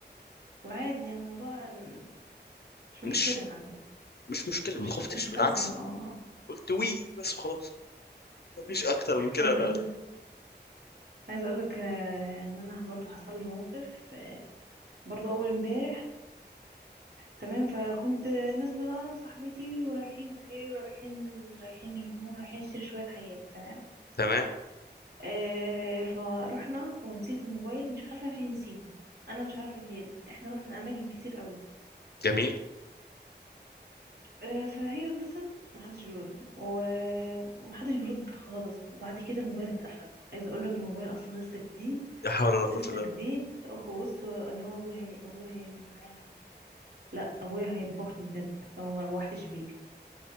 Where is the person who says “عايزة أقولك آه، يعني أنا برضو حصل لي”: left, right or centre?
Right